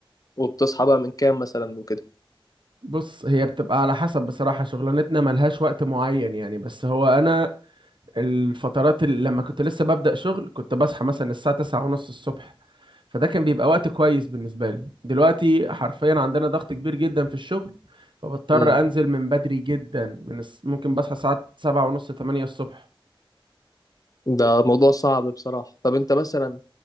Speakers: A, on the left; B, on the right.
A: وبتصحى بقى من كام مثلا وكده
B: بص هي بتبقى على حسب بصراحة شغلانتنا ملهاش وقت معين يعني بس هو انا الفترات اللي لما كنت لسه ببدأ شغل كنت بصحى مثلا الساعة تسعة ونص الصبح فده كان بيبقى وقت كويس بالنسبة لي دلوقتي حرفيا عندنا ضغط كبير جدا في الشغل فبضطر
A: امم
B: انزل من بدري جدا من الس... ممكن بصحى الساعة سبعة ونص تمانية الصبح
A: ده موضوع صعب بصراحه طب انت مثلا